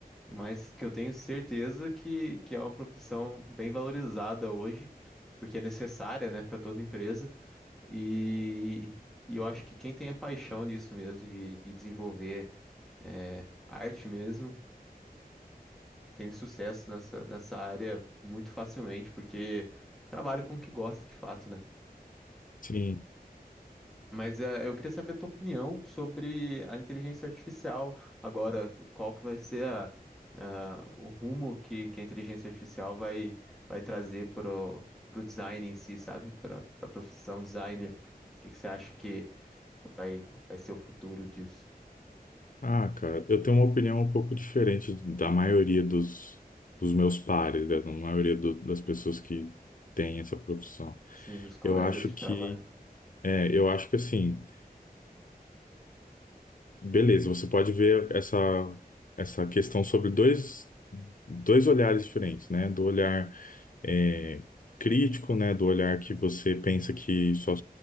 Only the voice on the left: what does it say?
Sim.
Ah, cara, eu tenho uma opinião um pouco diferente da maioria dos, dos meus pares, né? Da maioria do- das pessoas que têm essa profissão.
Eu acho
que,
é, eu acho que assim. Beleza, você pode ver essa, essa questão sobre dois, dois olhares diferentes, né? Do olhar é, crítico, né? Do olhar que você pensa que sua,